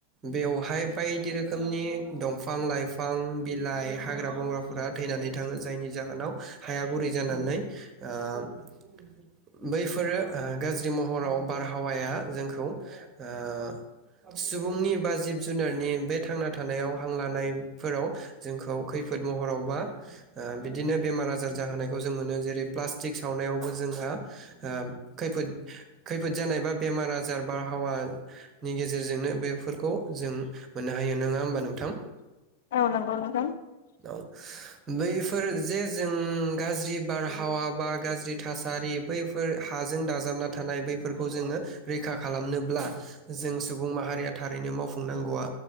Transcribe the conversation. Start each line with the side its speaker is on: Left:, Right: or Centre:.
Right: बेवहाय बायदि रोखोमनि दंफां लाइफां बिलाइ हाग्रा बंग्राफोरा थैनानै थाङो जायनि जाहोनाव हाया गुरै जानानै। आ। बैफोरो गाज्रि महराव बारहावाया जोंखौ ओ सुबुंनि बा जिब जुनारनि बे थांना थानायाव हां लानायफोराव जोंखौ खैफोद महरावबा बिदिनो बेमार आजार जाहोनायखौ जों मोनो जेरै प्लास्टिक सावनायावबो जोंहा। ओ खैफोद। खैफोद जानाय बा बेमार आजार बारहावानि गेजेरजोंनो बेफोरखौ जों मोननो हायो नोङा होमबा नोंथां।
Left: औ नंगौ नोंथां
Right: औ बैफोर जे जों गाज्रि बारहावा बा गाज्रि थासारि। बैफोर हाजों दाजाबना थानाय बैफोरखौ जोङो रैखा खालामनोब्ला जों सुबुं माहारिया थारैनो मावफुंनांगौआ